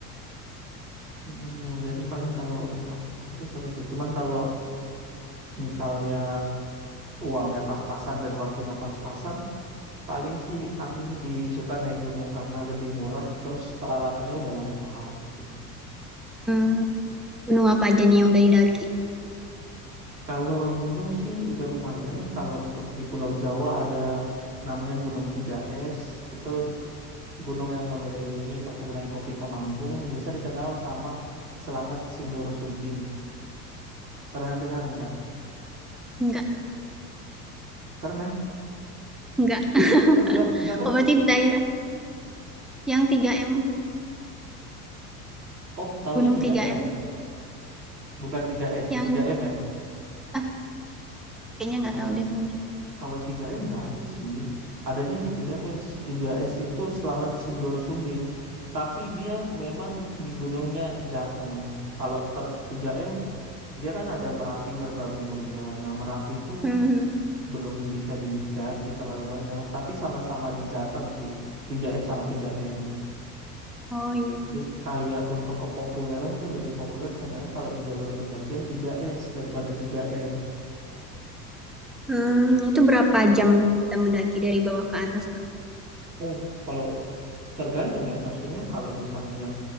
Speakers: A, on the right; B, in the centre.
A: Mm, jadi paling kalau untuk itu seru sih. Cuman kalau misalnya uangnya pas-pasan dan waktunya pas-pasan, paling sih aku lebih suka naik gunung karena lebih murah, terus peralatannya udah lengkap. gitu.
B: Hmm, gunung apa aja nih yang udah didaki?
A: Kalau gunung sih udah lumayan ya. Kalau untuk di Pulau Jawa ada namanya Gunung Tiga s itu gunung yang mengelilingi perkebunan kopi Temanggung, biasa dikenal sama Selamat Sindoro Sumbing. Tuh. Pernah dengar nggak?
B: Nggak
A: Pernah?
B: Enggak. <laughs>
A: Enggak, nggak pernah.
B: Oh, berarti daerah yang tiga m
A: Oh, taunya
B: Gunung
A: tiga
B: tiga
A: m
B: m
A: bukan tiga s
B: Yang,
A: tiga m ya.
B: ah, kayaknya nggak
A: Kalau
B: tahu deh ini.
A: Kalau tiga m nggak ada sih. Adanya di tiga s tiga s itu Selamat Sindoro Sumbing. Tapi dia memang di gunungnya Jateng. Kalau ter 3M, dia kan ada Merapi, Merbabu, Muria. Nah, Merapi itu
B: Mhm.
A: belum bisa didaki terlalu banyak. Tapi sama-sama di Jateng sih. tiga s sama tiga m
B: Oh iya.
A: Jadi kayak untuk kepopuleran tuh lebih populer sebenarnya kalau di jalur pendakian tiga s daripada tiga m
B: Hmm, itu berapa jam kita mendaki dari bawah ke atas?
A: Oh, kalau tergantung ya. Maksudnya kalau misalnya